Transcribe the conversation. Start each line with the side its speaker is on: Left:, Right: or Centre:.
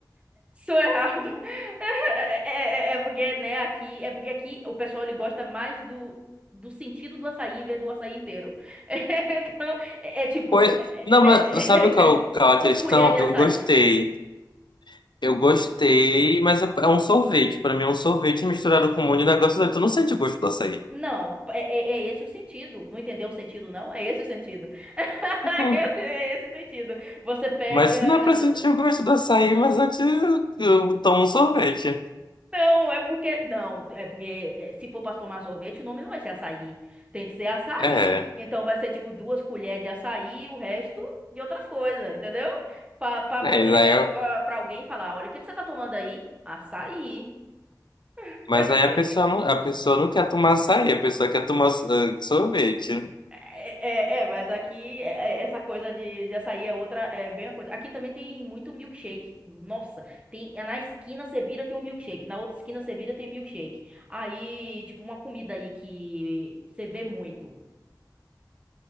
Right: Sou errado. <laughs> É, é, é porque, né, aqui, é porque aqui o pessoal ele gosta mais do, do sentido do açaí em vez do açaí inteiro. <laughs> Então, é, é tipo,
Left: Pois,
Right: é-
Left: não,
Right: é- me-
Left: mas sabe qual, qual
Right: <laughs> duas
Left: é a questão?
Right: colheres de
Left: Eu
Right: açaí.
Left: gostei. Eu gostei, mas é, é um sorvete. Pra mim é um sorvete misturado com um monte de negócio dentro. Tu não sente o gosto do açaí.
Right: Não, é, é- é esse o sentido. Não entendeu o sentido, não? É esse o sentido. <laughs>
Left: <laughs>
Right: Esse- É esse o sentido. Você pega.
Left: Mas se não é pra sentir o gosto do açaí, mas antes eu eu tomo um sorvete.
Right: Não, é porque. Não, é porque eh, se for pra tomar sorvete, o nome não vai ser açaí. Tem que ser açaí.
Left: É.
Right: Então vai ser tipo duas colheres de açaí e o resto de outras coisas, entendeu? Pra, pra
Left: É,
Right: você
Left: e
Right: chegar
Left: aí eu-
Right: pra, pra alguém e falar: olha, o que que você tá tomando aí? Açaí. <laughs>
Left: mas aí a pessoa não, a pessoa não quer tomar açaí, a pessoa quer tomar ah, sorvete.
Right: É, é, é, mas aqui é- é- essa coisa de, de açaí é outra, é bem a coisa. Aqui também tem muito milkshake. Nossa, tem na esquina você vira tem um milkshake, na outra esquina você vira tem milkshake. Aí, tipo, uma comida aí que você vê muito.